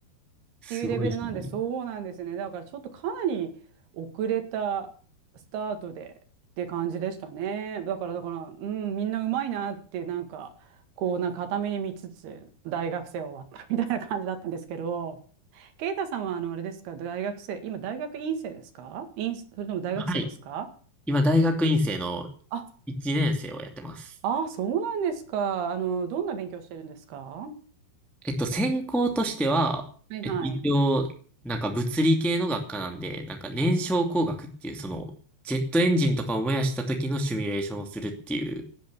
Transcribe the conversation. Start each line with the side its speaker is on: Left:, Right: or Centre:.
Centre: すごいですね。
Right: っていうレベルなんで、そうなんですね。だからちょっとかなり遅れたスタートでって感じでしたね。だから、だから、うん、みんなうまいなって、なんか、こう、なんか片目に見つつ、大学生終わったみたいな感じだったんですけど、ケイタさんは、あの、あれですか、大学生、今、大学院生ですか院、それとも大学生ですか
Centre: はい。今、大学院生の
Right: あ、
Centre: 1年生をやってます。
Right: ああ、そうなんですか。あの、どんな勉強してるんですか
Centre: えっと、専攻としては、
Right: はいはい。
Centre: えっと、一応、なんか物理系の学科なんで、なんか燃焼工学っていう、その、ジェットエンジンとかを燃やした時のシミュレーションをするっていう、